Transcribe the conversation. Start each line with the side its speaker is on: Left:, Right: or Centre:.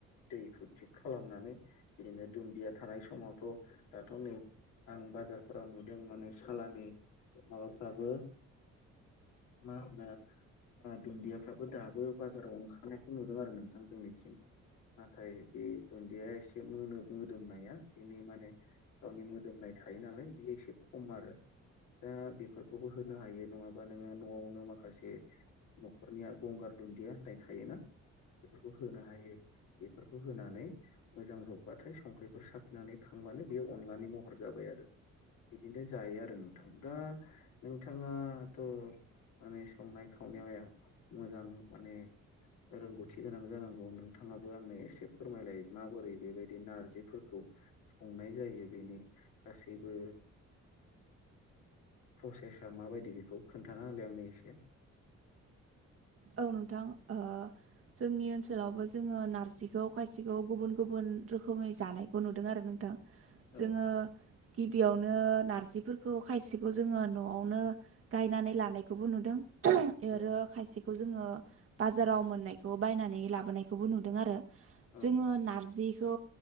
Left: दैखौ थिग खालामनानै बिदिनो दुन्दिया थानाय समावथ' दाथ' नै आं बाजारफोराव नुदों माने सालानि माबाफ्राबो म होनो दुन्दियाफ्राबो दाबो बाजाराव ओंखारनायखौ नुदों आरो नोंथां जोंनिथिं। नाथाय बे दुन्दिया एसे मोनोब मोदोमनाया बेनि माने गावनि मोदोमनाय थायो नालाय बेयो एसे खम आरो। दा बेफोरखौबो होनो हायो नङाबा नोङो न'आवनो माखासे न'खरनिया गंगार दुन्दिया होननाय थायोना बेफोरखौ होनो हायो। बेफोरखौ होनानै मोजां जब्बाथाय संख्रिफोर साखिनानै खांबानो बेयो अनलानि महर जाबाय आरो। बिदिनो जायो आरो नोंथां दा नोंथाङा थ' माने संनाय खावनायाव मोजां माने रोंगौथि गोनां जानांगौ नोंथाङाबो आंनो एसे फोरमायलाय माबोरै बेबायदि नारजिफोरखौ संनाय जायो बेनि गासैबो प्रसेसा माबायदि बेखौ खोन्थाना होलै आंनो एसे।
Right: औ नोंथां ओ जोंनि ओनसोलावबो जोङो नारजिखौ खायसेखौ गुबुन गुबुन रोखोमै जानायखौ नुदों आरो नोंथां।
Left: औ
Right: जोङो गिबियावनो नारजिफोरखौ खायसेखौ जोङो न'आवनो गायनानै लानायखौबो नुदों। इ
Left: औ
Right: आरो खायसे जोङो बाजाराव मोननायखौ बायनानै लाबोनायखौबो नुदों आरो।
Left: औ
Right: जोङो नारजि खौ